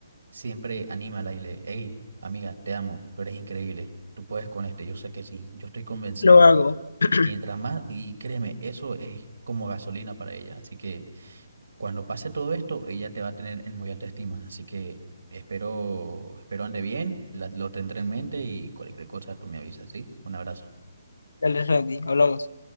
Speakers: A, on the right (about 70°); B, on the left (about 85°).
A: siempre anímala y le, hey, amiga, te amo, tú eres increíble, tú puedes con este, yo sé que sí, yo estoy convencido.
B: Lo hago. <clears throat>
A: Mientras más, y créeme, eso es como gasolina para ella, así que cuando pase todo esto, ella te va a tener en muy alta estima, así que espero, espero ande bien, la- lo tendré en mente y cualquier cosa tú me avisas, ¿sí? Un abrazo.
B: Dale, Randy, hablamos.